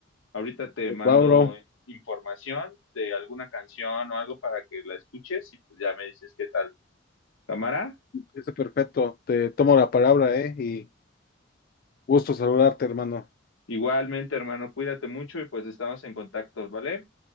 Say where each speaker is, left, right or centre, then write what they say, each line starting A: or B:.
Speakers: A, on the left; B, on the left.
A: Ahorita te
B: Pues
A: mando
B: va, bro.
A: información de alguna canción o algo para que la escuches y pues ya me dices qué tal. Cámara,
B: Está perfecto, te tomo la palabra, ¿eh? Y gusto saludarte, hermano.
A: igualmente, hermano, cuídate mucho y pues estamos en contacto, ¿vale?